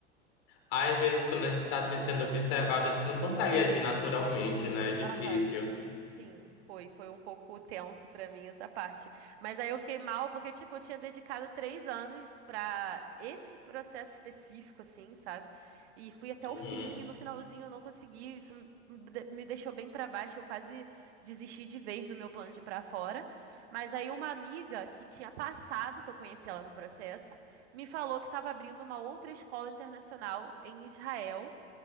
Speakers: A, on the left (about 55°); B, on the right (about 60°).
A: Às vezes, quando a gente tá assim sendo observado, a gente não consegue agir naturalmente, né? É difícil.
B: Aham. Sim, foi, foi um pouco tenso pra mim essa parte. Mas aí eu fiquei mal porque, tipo, eu tinha dedicado três anos pra esse processo específico, assim, sabe? E fui até
A: Uhum.
B: o fim e no finalzinho eu não consegui. Isso me de- me deixou bem pra baixo. Eu quase desisti de vez do meu plano de ir pra fora. Mas aí uma amiga que tinha passado, que eu conheci ela no processo, me falou que estava abrindo uma outra escola internacional em Israel